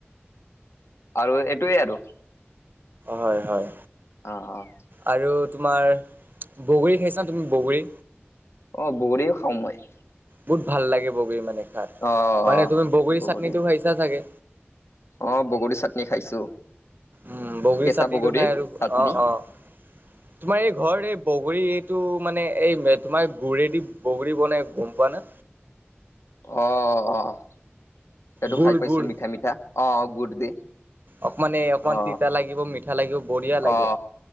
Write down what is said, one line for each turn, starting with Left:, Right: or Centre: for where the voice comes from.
Left: আৰু এইটোৱে আৰু।
Right: হয়। হয়।
Left: অ', অ'
Right: আৰু তোমাৰ বগৰী খাইছা তুমি বগৰী
Left: অ', বগৰীও খাওঁ মই
Right: বহুত ভাল লাগে বগৰী মানে খাত
Left: অ
Right: মানে তুমি বগৰীৰ
Left: অ বগৰী
Right: চাটনিটো খাইিছা চাগে।
Left: অ', বগৰী চাটনি খাইছো।
Right: উম বগৰীৰ
Left: কেঁচা
Right: চাটনিটো
Left: বগৰীৰ
Right: খাই আৰু
Left: চাটনি
Right: অ' অ' তোমাৰ এই ঘৰ এই বগৰী এইটো মানে এই তোমাৰ গুৰেদি বগৰী বনাই গোম পোৱা না
Left: আহ', আহ' সেইটো
Right: গুৰ
Left: খাই পাইছো
Right: গুৰ
Left: মিঠা মিঠা অ' গুট দি।
Right: অকমান এই অকমান
Left: অ
Right: তিতা লাগিব মিঠা লাগিব বঢ়িয়া লাগে।
Left: অ